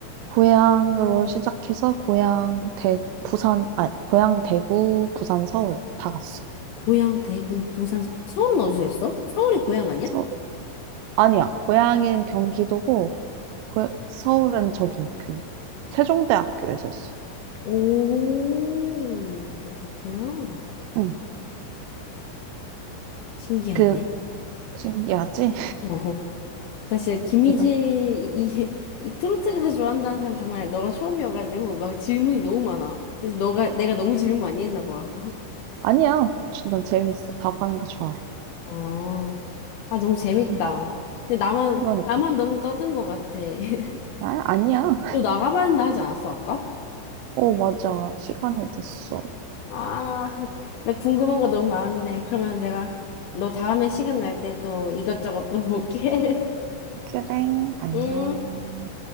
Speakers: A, on the right; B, on the left.
A: 고향으로 시작해서 고향 대 부산 아니 고향 대구 부산 서울 다 갔어.
B: 고향, 대구, 부산, 서- 서울은 어디서 했어? 서울이 고향 아니야?
A: 서 아니야. 고향인 경기도고 고, 서울은 저기 그 세종대학교에서 했어.
B: 오, 어, 그렇구나.
A: 응
B: 신기하네.
A: 그 신기하지?
B: 어, 나 진짜 김희재
A: <laughs> 이름
B: 이, 이, 이 트로트 가수 <laughs> 좋아한다는 사람 정말 너가 처음이어가지고 막 질문이 너무 많아. 근데 너가 내가 너무 질문 많이 했나 봐.
A: 아니야. 난 재밌어. 답하는 거 좋아해.
B: 어, 아 너무 재밌다.
A: 응
B: 근데 나만
A: 그러니까.
B: 나만 너무 떠든 것 같아. <laughs>
A: 아, 아니야.
B: 너 나가봤는데 하지 않았어 아까?
A: 어, 맞아. 시간이 됐어.
B: 아, 나 궁금한 거 너무 많은데. 그러면 내가 너 다음에 시간 날 때 또 이것저것 물어볼게. <laughs>
A: 그래, 안녕.
B: 음.